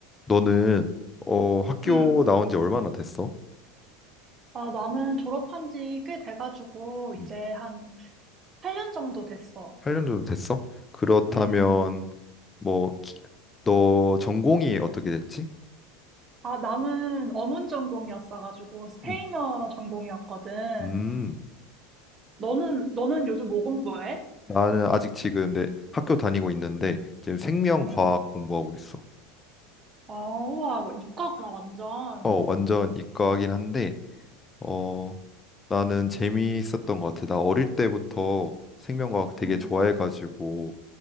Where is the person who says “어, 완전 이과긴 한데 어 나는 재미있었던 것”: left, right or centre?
Left